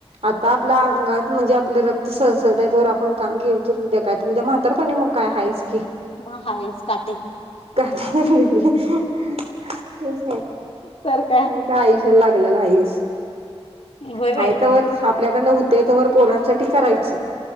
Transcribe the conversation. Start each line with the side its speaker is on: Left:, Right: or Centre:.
Right: आता आपल्या
Left: तर
Right: अंगात
Left: काय
Right: म्हणजे आप रक्त सळसळतय तवर आपण काम केलो तर उद्या काय तर उद्या म्हातारपणी मग काय हायचं की..
Left: म हायच का.....
Right: काटी घेतलेली. तेचं की
Left: तर काय
Right: बाईच्या आयुष्याला लागलेलं हाईच.
Left: होय
Right: हाय
Left: बाई
Right: तोवर आपल्याकडून हुत ते तवर पोरांसाठी करायचं..